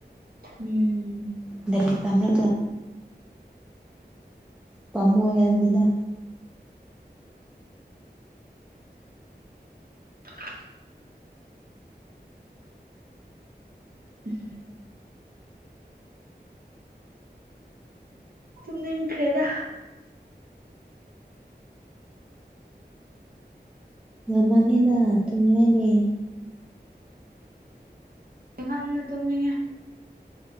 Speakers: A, on the right; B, in the centre.
A: ꯎꯝ
B: ꯗꯔꯤ ꯇꯝꯅ ꯄꯥꯝꯃꯣꯏ ꯍꯥꯏꯕꯅꯤꯅ
A: ꯀꯀꯛ ꯎꯝ ꯇꯨꯃꯤꯅ ꯅꯤꯡ ꯀꯩꯗꯗꯥ
B: ꯉ ꯃꯥꯥꯟꯂꯗ ꯊꯨꯝꯅꯤꯡꯉꯥꯏꯗꯤ
A: ꯉꯝꯅ ꯇꯅ